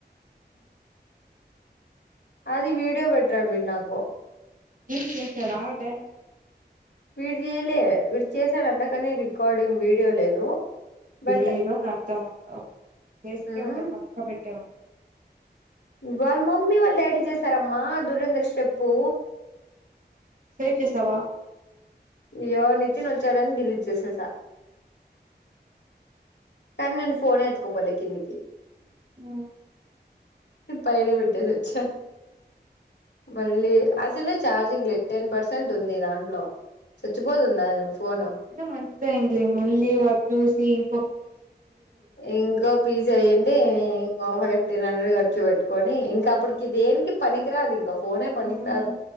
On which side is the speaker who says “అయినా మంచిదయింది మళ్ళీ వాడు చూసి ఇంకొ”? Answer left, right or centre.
Right